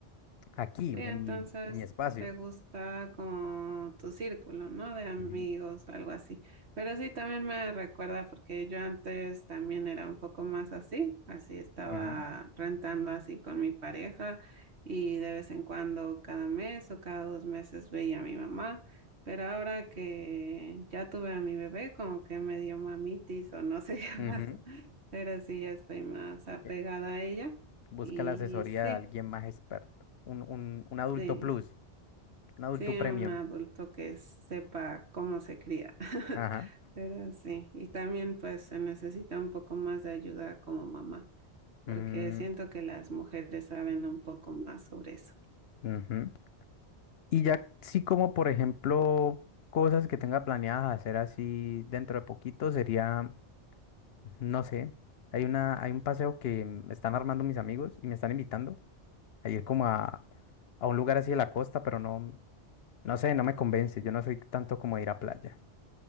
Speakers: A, on the left; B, on the right.
A: Aquí,
B: Sí, entonces
A: en mi, en mi espacio.
B: te gusta como tu círculo, ¿no? De amigos,
A: Ujú,
B: algo así. Pero sí, también me recuerda porque yo antes también era un poco más así, así estaba
A: ujú,
B: rentando así con mi pareja y de vez en cuando, cada mes o cada dos meses veía a mi mamá. Pero ahora que ya tuve a mi bebé, como que me dio mamitis o no sé <laughs> qué
A: ujú.
B: pasó. Pero sí, ya estoy más apegada
A: Eh,
B: a ella
A: Busca
B: y
A: la asesoría
B: sí.
A: de alguien más experto. Un, un, un adulto
B: Sí,
A: plus, un adulto
B: Sí,
A: premium.
B: un adulto que sepa cómo se cría. <laughs>
A: Ajá.
B: Pero sí, y también pues se necesita un poco más de ayuda como mamá, porque
A: Mm,
B: siento que las mujeres saben un poco más sobre eso.
A: ujú. Y ya sí como, por ejemplo, cosas que tenga planeadas hacer así dentro de poquito sería, no sé, hay una, hay un paseo que me están armando mis amigos y me están invitando a ir como a, a un lugar así de la costa, pero no, no sé, no me convence. Yo no soy tanto como de ir a playa.